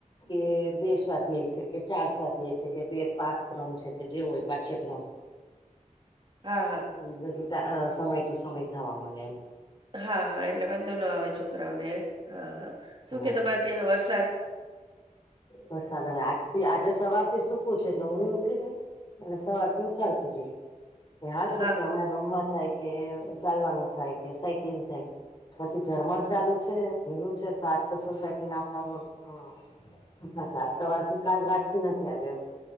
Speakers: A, on the left; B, on the right.
A: કે બે સ્વાધ્યાય છે કે ચાર સ્વાધ્યાય છે કે બે પાંચ ક્રમ છે કે જેવો હોય પાચ્યક્રમ
B: હા હા
A: એ બધું સમય ટુ સમય થવા મળે એમ
B: હા હા એટલે વાંધો ના આવે છોકરાઓને હા હા શું
A: હમ
B: કે તમારે ત્યાં વરસાદ
A: વરસાદ હવે આજથી આજે સવારથી સુકું છે એટલે હું ઉઠી ગઈ એટ સવાર થી ઉઠારતી ગઈ કે હાલ પછી
B: હા
A: હમણાં રમવા થાય કે ચાલવાનું થાય કે સાયકલિંગ થાય પછી ઝરમર ચાલુ છે ભીનું છે તો આજ તો સોસાયટી આખો રોડ સુખા છે આજ સવાર કાલ રાતથી નથી આવ્યા એમ